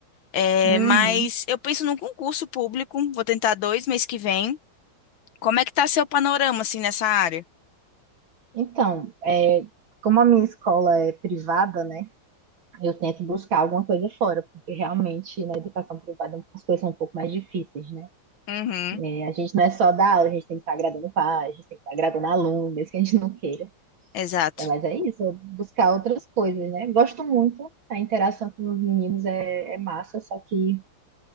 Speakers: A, on the left; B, on the right.
A: É,
B: uhum.
A: mas eu penso num concurso público, vou tentar dois mês que vem. Como é que tá seu panorama, assim, nessa área?
B: Então, é, como a minha escola é privada, né? eu tento buscar alguma coisa fora, porque realmente na educação privada as coisas são um pouco mais difíceis, né?
A: Uhum,
B: É, a gente não é só dar aula, a gente tem que estar agradando o pai, a gente tem que estar agradando o aluno, mesmo que a gente não queira.
A: exato.
B: É, mas é isso, buscar outras coisas, né? Gosto muito, a interação com os meninos é, é massa, só que